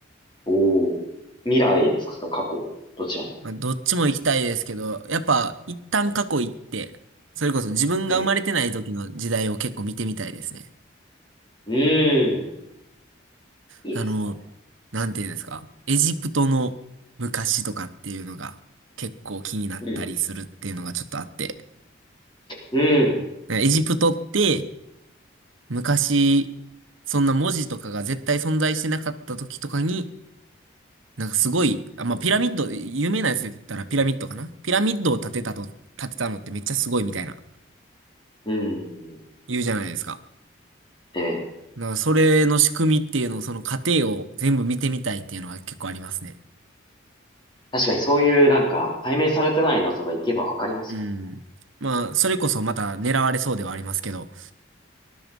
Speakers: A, on the left; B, on the right.
A: うおお。未来ですかそれとも過去どちら
B: まあ、どっちも行きたいですけど、やっぱ一旦過去行って、それこそ自分が生まれてない時の時代を結構見てみたいですね。
A: ええ。うーん。いいですね。
B: あの、なんていうんですか、エジプトの昔とかっていうのが結構気になったりするっていうのがちょっとあって。
A: うん。うん。
B: エジプトって昔、そんな文字とかが絶対存在してなかった時とかに、なんかすごい、あ、まあ、ピラミッド、有名なやつで言ったらピラミッドかなピラミッドを建てたと、建てたのってめっちゃすごいみたいな、
A: うん。うん。うん。
B: 言うじゃないですか。
A: ええ。
B: だからそれの仕組みっていうのを、その過程を全部見てみたいっていうのが結構ありますね。
A: 確かにそういうなんか解明されてない謎がいけばわかりますから。
B: うん。まあ、それこそまた狙われそうではありますけど、